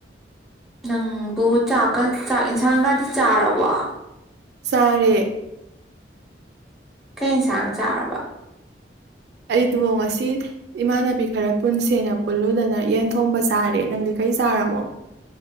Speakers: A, in the centre; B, on the right.
A: ꯅꯪꯕꯨ ꯆꯥꯛꯀ ꯆꯥꯛ ꯌꯦꯟꯁꯥꯡꯒꯗꯤ ꯆꯥꯔꯕꯣ
B: ꯆꯔꯦ
A: ꯀꯩ ꯌꯦꯟꯁꯥꯡ ꯆꯥꯔꯕ
B: ꯑꯩꯗꯣ ꯉꯁꯤ ꯏꯃꯥꯟꯅꯕꯤ ꯈꯔ ꯄꯨꯟꯁꯦꯅ ꯄꯨꯜꯂꯨꯗꯅ ꯌꯦꯟ ꯊꯣꯡꯕ ꯆꯥꯔꯦ ꯅꯪꯗꯤ ꯀꯔꯤ ꯆꯥꯔꯝꯃꯣ